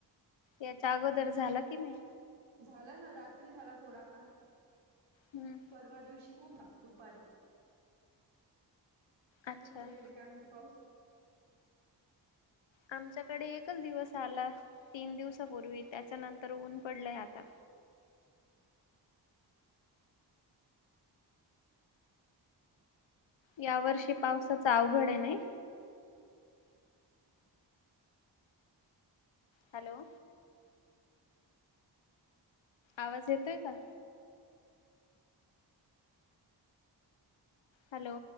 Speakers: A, on the left (about 80°); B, on the right (about 80°).
A: याच्या अगोदर झाला कि नाही.
B: झाला ना रात्री झाला, थोडा
A: हम्म
B: परवा दिवशी खूप दुपारी.
A: अच्छा
B: तुमच्या इकडे काय म्हणतो पाऊस?
A: आमच्याकडे एकच दिवस आला. तीन दिवसापूर्वी त्याच्यानंतर ऊन पडलंय आता. या वर्षी पावसाच अवघड आहे नाही. हॅलो. आवाज येतोय का? हॅलो.